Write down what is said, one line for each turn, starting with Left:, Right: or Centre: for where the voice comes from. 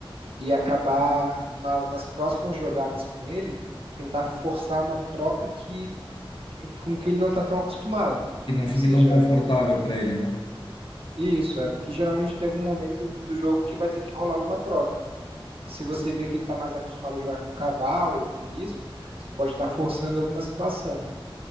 Right: e acabar na- nas próximas jogadas com ele, tentar forçar uma troca que com que ele não está tão acostumado.
Left: Que não fique
Right: Seja
Left: tão confortável para ele, né?
Right: isso, é porque geralmente tem algum momento de- do jogo que vai ter que rolar alguma troca. E se você vê que ele está mais acostumado a jogar com cavalo ou com bispo, você pode estar forçando alguma situação,